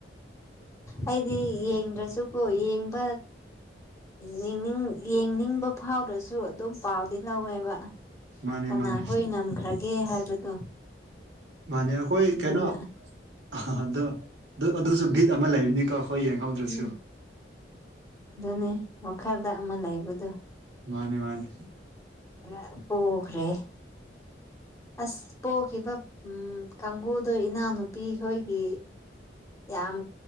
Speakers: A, on the left; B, on the right.
A: ꯑꯩꯗꯤ ꯌꯦꯡꯗ꯭ꯔꯁꯨꯀꯣ ꯌꯦꯡꯕ ꯌꯦꯡꯅꯤꯡ ꯌꯦꯡꯅꯤꯡꯕ ꯐꯥꯎꯗ꯭ꯔꯁꯨ ꯑꯗꯨꯝ ꯄꯥꯎꯗꯤ ꯂꯧꯋꯦꯕ
B: ꯃꯥꯅꯦ
A: ꯀꯅꯥꯍꯣꯏ
B: ꯃꯥꯅꯦ
A: ꯉꯝꯈ꯭ꯔꯒꯦ ꯍꯥꯏꯕꯗꯣ
B: ꯃꯥꯅꯦ ꯑꯩꯈꯣꯏ
A: ꯑꯗꯨꯅ
B: ꯀꯩꯅꯣ ꯑꯥꯗꯣ ꯑꯗꯨ ꯑꯗꯨꯁꯨ ꯕꯤꯠ ꯑꯃ ꯂꯩꯕꯅꯤꯀꯣ ꯍꯣꯏ ꯌꯦꯡꯍꯧꯗ꯭ꯔꯁꯨ
A: ꯎꯝ ꯑꯗꯨꯅꯦ ꯃꯈꯥꯗ ꯑꯃ ꯂꯩꯕꯗꯣ
B: ꯃꯥꯅꯤ ꯃꯥꯅꯤ
A: ꯑ ꯄꯣꯈ꯭ꯔꯦ ꯑꯁ ꯄꯣꯈꯤꯕ ꯎꯝ ꯀꯥꯡꯒꯨꯗꯣ ꯏꯅꯥꯎꯅꯨꯄꯤꯈꯣꯏꯒꯤ ꯌꯥꯝ